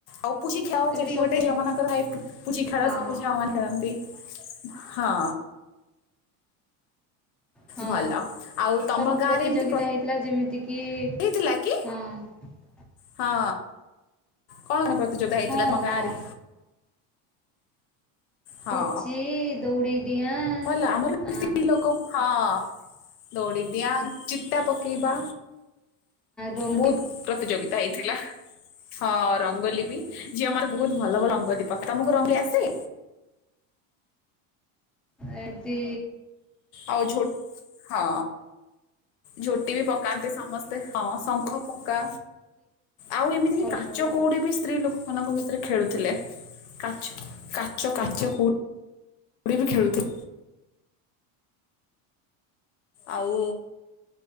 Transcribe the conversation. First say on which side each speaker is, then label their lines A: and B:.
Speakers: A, on the left; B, in the centre.
A: ଆଉ ପୁଚି ଖେଳ
B: ଏବେ
A: ସେଠି
B: ସବୁ
A: ଗୋଟେ ଝିଅମାନଙ୍କର ଥାଏ ପୁଚି ଖେଳ
B: ହଁ
A: ସବୁ ଝିଅ ମାନେ ଖେଳନ୍ତି ହଁ।
B: ହଁ
A: ଭଲ ଆଉ ତମ
B: ସବୁ
A: ଗାଁରେ
B: ପ୍ରତିଯୋଗିତା
A: ଏମିତି
B: ହେଇଥିଲା ଯେମିତି କିି?
A: ହେଇଥିଲା କି
B: ଉଁ।
A: ହଁ କଣ କଣ ପ୍ରତିଯୋଗିତା ହେଇଥିଲା
B: ହଁ
A: ତମ ଗାଁ
B: ହଁ
A: ରେ? ହଁ
B: ପୁଚି ଦୌଡି ଡିଆଁ।
A: ଭଲ ଆମର
B: ଆ
A: ଲୋକ ହଁ ଦୌଡିଦିଆ ଚିତା ପକେଇବା।
B: ରଙ୍ଗୁ
A: ବହୁତ ପ୍ରତିଯୋଗିତା ହେଇଥିଲା। ହଁ ରଙ୍ଗୋଲୀ ବି ଝିଅ ମାନେ ବହୁତ ଭଲ ଭଲ ରଙ୍ଗଲୀ ପକା ତମକୁ ରଙ୍ଗୋଲୀ ଆସେ?
B: ଏମତି
A: ଆଉ ଝୋ ହଁ ଝୋଟି ବି ପକାନ୍ତି ସମସ୍ତେ, ହଁ ଶଙ୍ଖ ଫୁଙ୍କା। ଆଉ ଏମିତି କି
B: ହ୍ୟାଲୋ
A: କାଚ କୋଉଡି ବି ସ୍ତ୍ରୀ ଲୋକ ମାନଙ୍କ ଭିତରେ ଖେଳୁଥିଲେ କାଚ, କାଚ କାଚ କୋ କଉଡି ବି ଖେଳୁଥିଲେ। ଆଉ